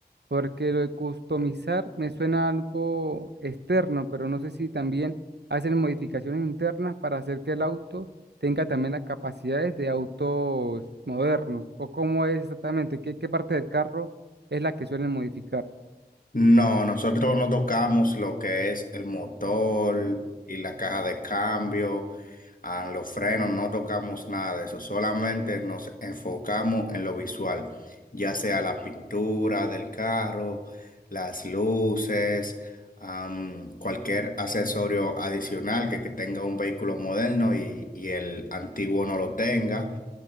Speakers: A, on the right; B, on the left.
A: porque lo de customizar me suena a algo externo, pero no sé si también hacen modificaciones internas para hacer que el auto tenga también las capacidades de autos modernos, o cómo es exactamente, qué, qué parte del carro es la que suelen modificar.
B: No, nosotros no tocamos lo que es el motor y la caja de cambio, ah, los frenos, no tocamos nada de eso, solamente nos enfocamos en lo visual, ya sea la pintura del carro, las luces, am, cualquier accesorio adicional que, que tenga un vehículo moderno y, y el antiguo no lo tenga.